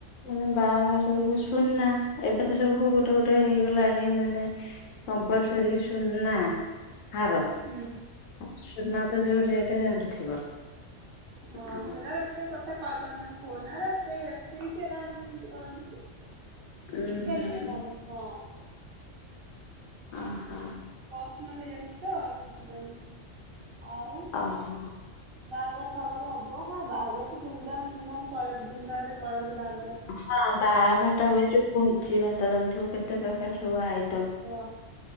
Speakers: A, on the left; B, on the right.
A: ମାନେ ବାହାଘର ରେ ଯୋଉ ସୁନା ଏବେ ତ ସବୁ ଟ ଗୋଟେ ହେଇଗଲାଣି ମାନେ କମ୍ପଲସରି ସୁନା ହାର।
B: ହୁଁ।
A: ଆ ସୁନା ତ ଯୋଉ ରେଟ ଜାଣିଥିବ।
B: ହଁ
A: ଆଉ
B: ସେଟା ଏତେ କଥା କହିହପାରନି କୁହନା ଏରା ଏତେ ଏତେ ଏରା ମାନେ ଇଏ କରନ୍ତି କି?
A: ଉଁ
B: ବୁଝିପାଇଲେନା
A: ହୁଁ
B: କଣ ହଁ।
A: ଓହୋ।
B: ପର୍ସନାଲ ହେଇଯାଉଛି ତ ସେଥିପାଇଁ ଆଉ।
A: ଓହୋ।
B: ବାହାଘର ଫହାଘର ହେବ ହଁ ବାହାଘର ତ ଧୁମଧାମ ଧୁମଧାମ କ ଧୁମଧାମରେ କରନ୍ତି ବାହାଘର।
A: ହଁ ବାହାଘରଟା ହୁଏ ଯୋଉ ଭୋଜିଭାତ ଜାଣିଥିବ କେତେ ପ୍ରକାର ସବୁ ଆଇ
B: ହଁ